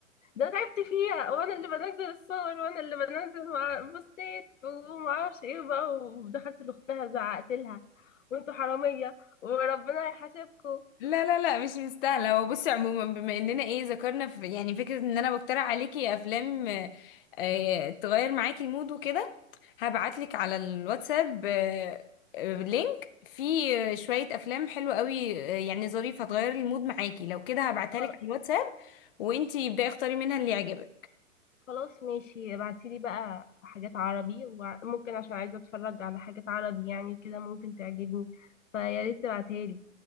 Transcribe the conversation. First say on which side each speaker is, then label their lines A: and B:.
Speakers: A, on the left; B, on the left.
A: ده تعبت فيها وانا اللي بنزل الصور وانا اللي بنزل مع بوستات وما اعرفش ايه بقى ودخلت لاختها زعقت لها وانتوا حراميه وربنا هيحاسبكم
B: لا لا لا مش مستاهلة هو بصي عموما بما اننا ايه ذكرنا في يعني فكرة ان انا بقترح عليكي افلام آه، آه، تغير معاكي المود وكده هبعتلك على الواتساب آه، آه، لينك فيه آه، شوية افلام حلوة قوي آه، يعني ظريفة هتغير المود معاكي لو كده هبعتها
A: خ-
B: لك على الواتساب وانتي ابدأي اختاري منها اللي يعجبك
A: خلاص ماشي ابعتي لي بقى حاجات عربي وممكن عشان عايزه اتفرج على حاجات عربي يعني كده ممكن تعجبني فيا ريت تبعتها لي